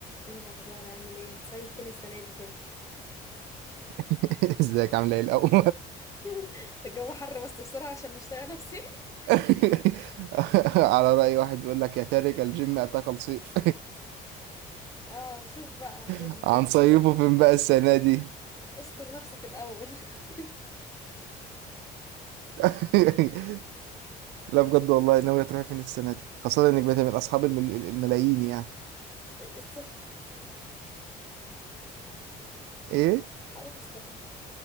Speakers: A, on the left; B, on the right.
A: ايه الاخبار عامل ايه هتصيف فين السنه دي كده
B: <laughs> ازيك عامله ايه الاول
A: <laughs> الجو حر بس بسرعه عشان مش طايقه نفسي <laughs>
B: <laughs> على رأي واحد بيقول لك يا تارك الجيم اتاك الصيف
A: اه شوف بقى هتصيف
B: <laughs>
A: ازاي
B: هنصيفه فين بقى السنه دي
A: استر نفسك الاول <laughs>
B: <laughs> لا بجد والله ناويه تروحي فين السنه دي خاصه انك بقيتي من اصحاب المل... الملايين يعني
A: السخن
B: ايه
A: هروح السخن